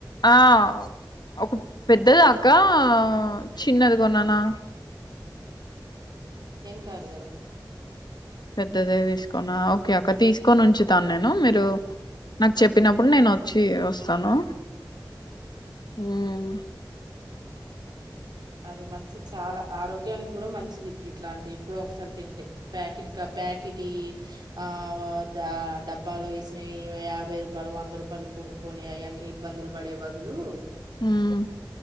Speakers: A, on the left; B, on the right.
A: ఆ ఒక పెద్దదాక్కా ఆ చిన్నది కొననా
B: కరుగద
A: పెద్దదే తీసుకోనా ఒకె అక్క తీస్కొని ఉంచుతాను నేను మీరు నాకు చెప్పినప్పుడు నేను ఒచ్చి ఒస్తను
B: ఉమ్
A: హమ్
B: అది మంచిద్ చాలా ఆరోగ్యాని గుడ మంచిది ఇట్లాంటియి ఎప్పుడో ఒకసారి తింటే ప్యాకెట్ క ప్యాకెటీయి ఆ దా డబ్బాలో ఎసినయి యాభై రూపాలు, వంద రూపాలు కొనుక్కొని అయన్ని ఇబ్బందులు బడే బదులు
A: ఉమ్